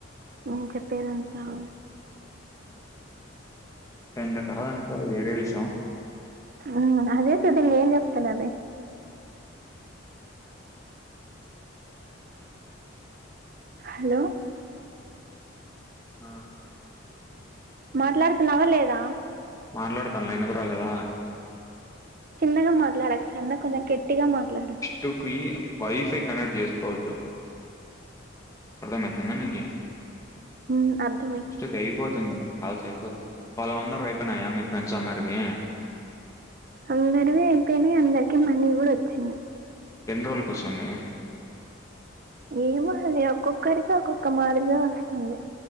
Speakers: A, on the right; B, on the left.
A: ఊ చెప్పు ఏదన్నా <inaudible>
B: టెంద కాదనుకో అది వేరే విషయం
A: ఊ అదే సుద్ది నేన్ జెప్తున్నానే హలో
B: ఆ
A: మాట్లాడుతున్నావా లేదా
B: మాట్లాడుతాన్నా ఇనపరాలేదా
A: చిన్నగా మాట్లాడకు సర్నా కొంచెం గట్టిగా మాట్లాడు
B: టుకి వైఫై కనెక్ట్ చేసుకోవద్దు అర్థం అయితంద నీకి
A: ఉ అర్ధం
B: నెక్స్ట్ అయిపోతుందిలే కాల్స్ అయిపోతుంది వాలు అందరివీ అయిపోనాయా మీ ఫ్రెండ్స్ అందరివి
A: అందరవి అయిపోయినాయి అందరికీ మనీ కూడా వచ్చింది
B: ఎన్ని రోజులకు వచ్చింది
A: ఏమో అది ఒక్కొక్కరికి ఒక్కొక్క మాదిరిగా వస్తుంది